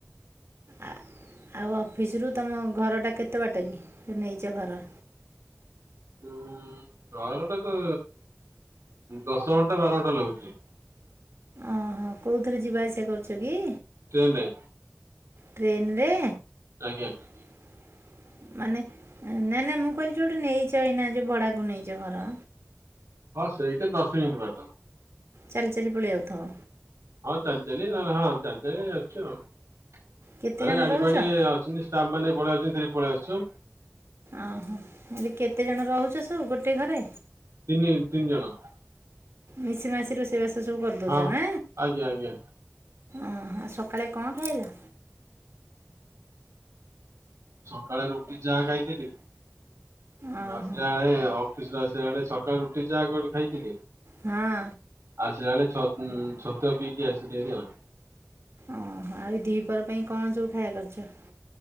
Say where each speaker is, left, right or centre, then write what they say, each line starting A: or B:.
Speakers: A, on the right (about 60°); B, on the right (about 85°).
A: ଆ ଆଉ ଅଫିସରୁ ତୁମ ଘରଟା କେତେ ବାଟ କି? ତୁ ନେଇଛ ଘର।
B: ଉ ଘରଟା ତ ଦଶ ଘଣ୍ଟା ବାର ଘଣ୍ଟା ଲାଗୁଛି।
A: ଓହୋ କୋଉଥିରେ ଯିବା ଆସିବା କରୁଛ କି?
B: ଟ୍ରେନେ।
A: ଟ୍ରେନରେ।
B: ଆଜ୍ଞା।
A: <inaudible> ମାନେ ନାଇଁ ନାଇଁ ମୁଁ କହିଲି ଯୋଉଠି ନେଇଛ ଏଇନା ଯଉ ଭଡାକୁ ନେଇଛ ଘର।
B: ହଁ ସେଇଟା ଦଶ ମିନିଟ୍ ବାଟ।
A: ଚାଲି ଚାଲି ପଳେଇ ଆଉଥବ।
B: ହଁ ଚାଲି ଚାଲି ନହେଲେ ହଁ ଚାଲି ଚାଲି ଆସୁଛି ଆଉ। ନହଲେ
A: କେତେ ଜଣ
B: ଗାଡି
A: ରହୁଚ?
B: ଫାଡି ଅ ଛନ୍ତି ଷ୍ଟାପ ମାନେ ପଳେଇ ଆଉଛନ୍ତି ଧରି ପଳେଇ ଆସୁଛୁ।
A: ଓହୋ ହେଲେ କେତେଜଣ ରହୁଛ ସବୁ ଗୋଟେ ଘରେ?
B: ତିନି ତିନି ଜଣ।
A: ମିଶି ମାସି ରୋଷେଇ ବାସ ସବୁ କରିଦଉଛ
B: ହଁ।
A: ନା।
B: ଆଜ୍ଞା ଆଜ୍ଞା
A: ଓ ସକାଳେ କଣ ଖାଇଲ?
B: ସକାଳେ ରୁଟି ଚାହା ଖାଇଥିଲି।
A: ଅହ
B: ଆସିଲା
A: ହଁ
B: ବେଳେ ଅ ଅଫିସରେ ଆସିଲା ସେଳେ ସକାଳୁ ରୁଟି ଚାହା କରି ଖାଇଥିଲି।
A: ହଁ।
B: ଆସିଲା ବେଳେ ଛ ଉଁ ଛତୁଆ ପିଇକି ଆସିଥିଲି ଆଉ।
A: ଓହୋ ଆଉ ଏ ଦିପର ପାଇଁ କଣ ସବୁ ଖାଇବା କରିଛ?